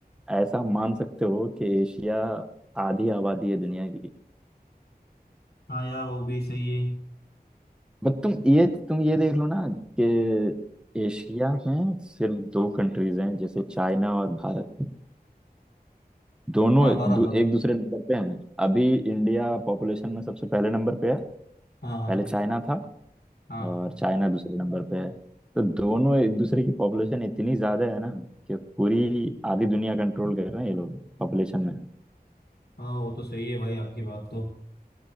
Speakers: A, in the centre; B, on the left.
A: ऐसा मान सकते हो कि एशिया आधी आबादी है दुनिया
B: हाँ यार वो भी सही है
A: बट तुम ये तुम ये देख लो ना कि एशिया में सिर्फ दो कंट्रीज हैं जैसे चाइना और भारत दोनों
B: हाँ बराबर
A: दू, एक दूसरे नंबर पे हैं अभी इंडिया पॉपुलेशन में सबसे पहले नंबर पे है
B: हाँ हाँ
A: पहले चाइना था
B: हाँ
A: और चाइना दूसरे नंबर पे है तो दोनों एक दूसरे की पॉपुलेशन इतनी ज्यादा है ना कि पूरी आधी दुनिया कंट्रोल कर रहे हैं ये लोग पॉपुलेशन में
B: हाँ वो तो सही है भाई आपकी बात तो